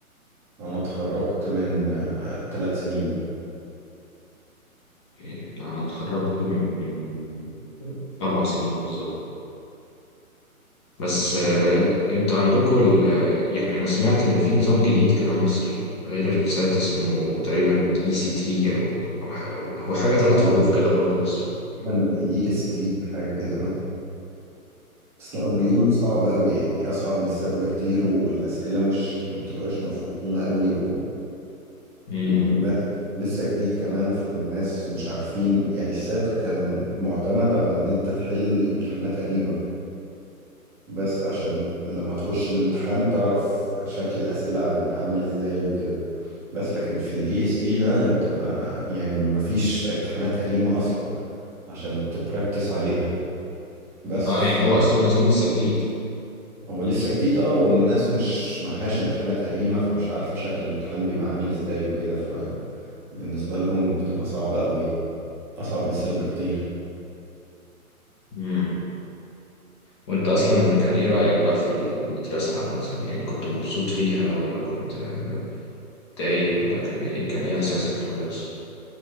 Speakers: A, in the centre; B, on the left.
A: أنا اتخرجت من آه، تلات سنين
B: إيه، لا أنا اتخرجت من أربع سنين بالظبط بس
A: مش فاكر
B: آه، أنت عندكم ال... يعني أنا سمعت إن في نظام جديد كده مصري غير السات اسمه تقريبا اي سي تي أو أو ح- أو- هو حاجة ثلاث
A: اه
B: حروف كده برضو بس
A: تقريبا ال EST حاجة كده اه بس لا بيقولوا صعب قوي يعني أصعب من السات بكتير والأسئلة مش ما بتبقاش مفهومة قوي
B: امم
A: والناس ولسه جديد كمان فالناس مش عارفين يعني السات كان معتمد على ان انت تحل امتحانات قديمة بس عشان لما تخش الامتحان تعرف شكل الأسئلة بيبقى عامل ازاي وكده بس لكن في الاي اس تي ده انت ما يعني ما فيش امتحانات قديمة اصلا عشان تبراكتس عليها بس
B: اه
A: فهو
B: يعني هو اصلا نظام لسه جديد
A: لسه جديد اه والناس مش معهاش امتحانات قديمة فمش عارفة شكل الامتحان بيبقى عامل ازاي وكده فبالنسبة لهم بتبقى صعبة قوي أصعب من السد بكتير
B: امم. وانت اصلا كان ايه رأيك بقى في المدرسة عامة يعني كنت مبسوط فيها ولا كنت آه، متضايق ولا كان ايه كان ايه احساسك في المدرسة